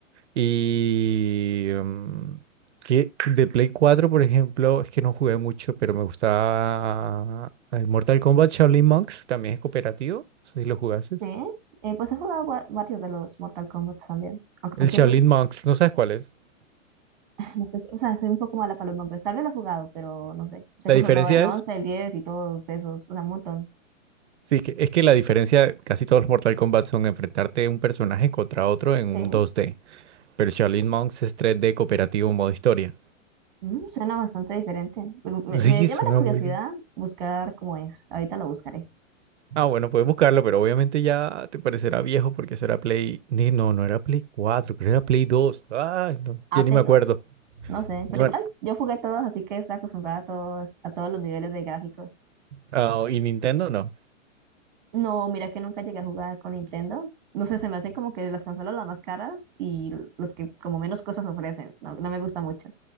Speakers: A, on the right (about 60°); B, on the right (about 35°).
A: Y mm, que de Play 4 por ejemplo, es que no jugué mucho, pero me gustaba eh, Mortal Kombat Shaolin Monks, también es cooperativo, no sé si lo jugases.
B: Sí, eh, pues he jugado va- varios de los Mortal Kombat también. Aunque
A: El
B: pues siempre,
A: Shaolin Monks, ¿no sabes cuál es?
B: <laughs> no sé, o sea, soy un poco mala para los nombres. Tal vez lo he jugado, pero no sé. Sé
A: La
B: que
A: diferencia
B: he jugado el once
A: es,
B: el 10 y todos esos, o sea, un montón.
A: sí, que es que la diferencia, casi todos los Mortal Kombat son enfrentarte un personaje contra otro en un
B: Sí,
A: dos d pero el Shaolin Monks es tres d cooperativo modo historia.
B: Mm, suena bastante diferente. Digo, Me,
A: Sí,
B: me llama
A: suena
B: la curiosidad
A: muy... bien.
B: buscar cómo es. Ahorita lo buscaré.
A: Ah, bueno, puedes buscarlo, pero obviamente ya te parecerá viejo porque eso era Play. Ni- No, no era Play 4, creo que era Play 2. Ay, no,
B: Ah,
A: ya ni
B: Play
A: me acuerdo.
B: dos No sé,
A: Bueno,
B: pero igual, yo jugué todos, así que estoy acostumbrada a todos, a todos los niveles de gráficos.
A: ah, y Nintendo no.
B: No, mira que nunca llegué a jugar con Nintendo. No sé, se me hacen como que las consolas las más caras y los que como menos cosas ofrecen. No, no me gusta mucho.